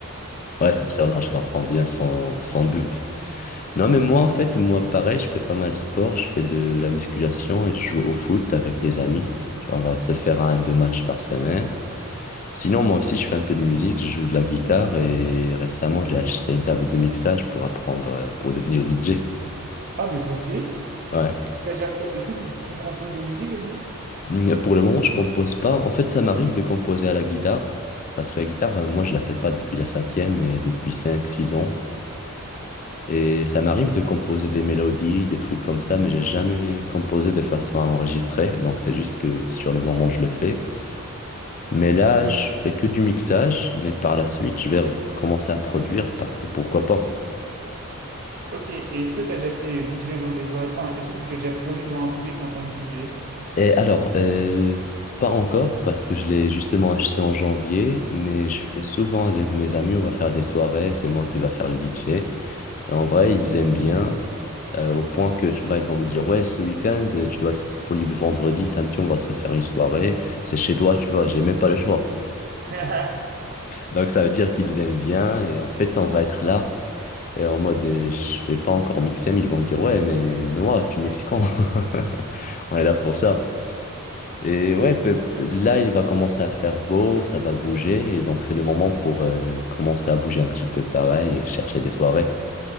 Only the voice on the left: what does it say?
Ouais, c'est sûr,
non, je comprends bien, sans, sans doute. Non, mais moi, en fait, moi, pareil, je fais pas mal de sport, je fais de la musculation et je joue au foot avec des amis. Tu vois, on va se faire un, deux matchs par semaine. Sinon, moi aussi, je fais un peu de musique, je joue de la guitare et récemment, j'ai acheté une table de mixage pour apprendre, euh, pour devenir DJ.
Ouais.
Mm, Pour le moment, je compose pas. En fait, ça m'arrive de composer à la guitare parce que la guitare, euh, moi, je la fais pas depuis la cinquième, mais depuis cinq six ans. Et ça m'arrive de composer des mélodies, des trucs comme ça, mais j'ai jamais composé de façon à enregistrer. Donc c'est juste que sur le moment, je le fais. Mais là, je fais que du mixage, mais par la suite, je vais re- commencer à produire parce que pourquoi pas.
Et alors, euh, pas encore parce que je l'ai justement acheté en janvier, mais je fais souvent avec mes amis, on va faire des soirées, c'est moi qui va faire le DJ. Et en vrai, ils aiment bien, euh, au point que tu vois, ils vont me dire, ouais, ce week-end, euh, tu dois être disponible vendredi, samedi, on va se faire une soirée, c'est chez toi, tu vois, j'ai même pas le choix.
Donc ça veut dire qu'ils aiment bien, et en fait, on va être là, et en mode, euh, je vais pas encore mixer, mais ils vont me dire, ouais, mais Noah, tu es mexicain, <laughs> on est là pour ça. Et ouais, peu- peu- là, il va commencer à faire beau, ça va bouger, et donc c'est le moment pour euh, commencer à bouger un petit peu pareil et chercher des soirées.